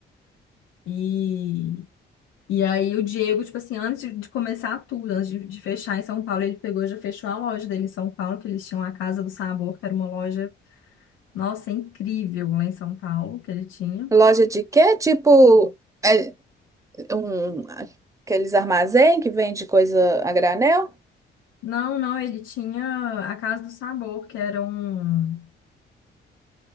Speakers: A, on the left; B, on the right.
A: E, e aí o Diego, tipo assim, antes de, de começar tudo, antes de, de fechar em São Paulo, ele pegou e já fechou a loja dele em São Paulo, que eles tinham a Casa do Sabor, que era uma loja, nossa, incrível lá em São Paulo, que ele tinha.
B: Loja de quê? Tipo, é, um, aqueles armazém que vende coisa a granel?
A: Não, não, ele tinha a Casa do Sabor, que era um.